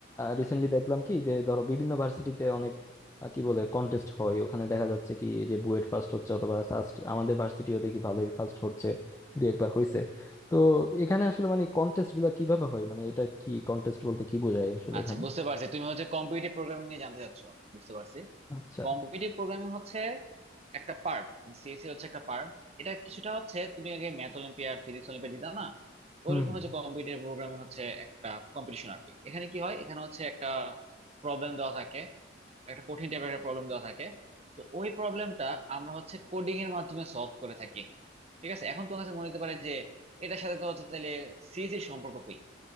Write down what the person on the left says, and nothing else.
রিসেন্টলি দেখলাম কি যে ধরো বিভিন্ন ভার্সিটিতে অনেক আহ, কি বলে কন্টেস্ট হয় ওখানে দেখা যাচ্ছে কি যে বুয়েট ফার্স্ট হচ্ছে অথবা ফার্স্ট আমাদের ভার্সিটিও দেখি ভালোই ফার্স্ট হচ্ছে দু একবার হয়েছে তো এখানে আসলে মানে কন্টেস্ট গুলা কিভাবে হয় মানে এটা কি কন্টেস্ট বলতে কি বোঝায় আসলে
এখানে
আচ্ছা
হুম হুম